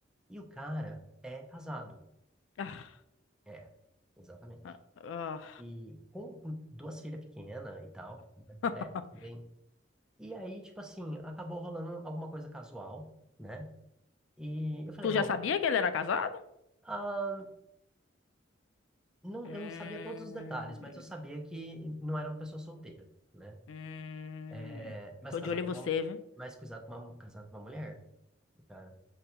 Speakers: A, in the centre; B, on the left.
A: E o cara é casado.
B: Ah,
A: É, exatamente.
B: ah, ah.
A: E com, com duas filhas pequenas e tal. né?
B: Ah.
A: É, bem. E aí, tipo assim, acabou rolando alguma coisa casual, né? E eu falei,
B: Tu
A: bom,
B: já sabia que ele era casado?
A: ah, não,
B: Hum,
A: eu não sabia todos os detalhes, mas eu sabia que não era uma pessoa solteira, né?
B: hum,
A: É, mas
B: tô
A: casado
B: de olho em você,
A: com uma,
B: viu?
A: mas cuidado com uma, casado com uma mulher. cara.